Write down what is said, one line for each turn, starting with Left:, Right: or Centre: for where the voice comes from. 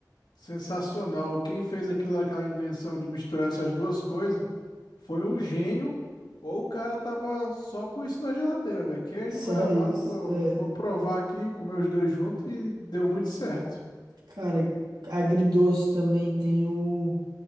Left: Sensacional. Quem fez aquilo, aquela invenção de misturar essas duas coisas foi um gênio, ou o cara tava só com isso na geladeira, velho. Queijo,
Right: Só
Left: goiabada,
Right: isso.
Left: falou,
Right: É.
Left: vou provar aqui, comer os dois juntos e deu muito certo.
Right: Cara, agridoce também tem o